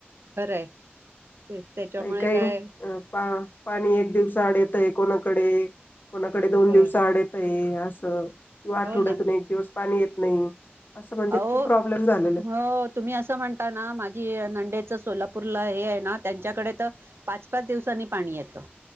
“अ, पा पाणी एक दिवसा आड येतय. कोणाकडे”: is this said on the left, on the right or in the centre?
Left